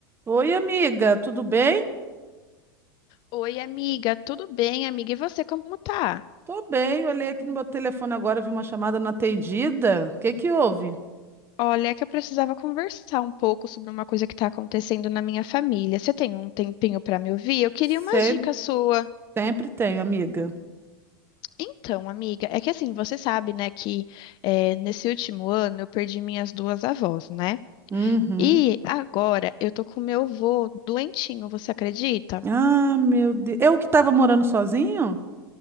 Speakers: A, on the right; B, on the left.
A: Oi, amiga, tudo bem?
B: Oi, amiga, tudo bem, amiga? E você, como tá?
A: Tô bem, olhei aqui no meu telefone agora, vi uma chamada não atendida. O que que houve?
B: Olha, é que eu precisava conversar um pouco sobre uma coisa que tá acontecendo na minha família. Você tem um tempinho pra me ouvir? Eu queria
A: Sempre,
B: umas dicas sua.
A: sempre tenho, amiga.
B: Então, amiga, é que assim, você sabe, né, que eh, nesse último ano eu perdi minhas duas avós, né?
A: Uhum.
B: E agora eu tô com meu avô doentinho, você acredita?
A: Ah, meu Deus. Eu que tava morando sozinho?